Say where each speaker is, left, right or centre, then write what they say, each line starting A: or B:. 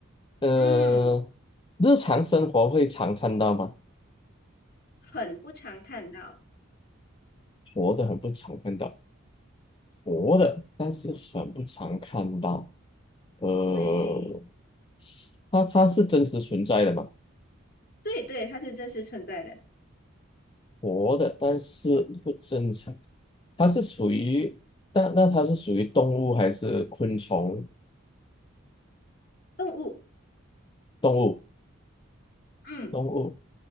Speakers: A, on the left; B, on the left.
A: 呃，
B: 嗯，
A: 日常生活会常看到吗？
B: 很不常看到，
A: 活的很不常看到，活的，但是很不常看到。呃，
B: 对，
A: 它它是真实存在的嘛，
B: 对对，它是真实存在的
A: 活的，但是不正常。它是属于，但那它是属于动物还是昆虫？
B: 动物，
A: 动物，
B: 嗯，
A: 动物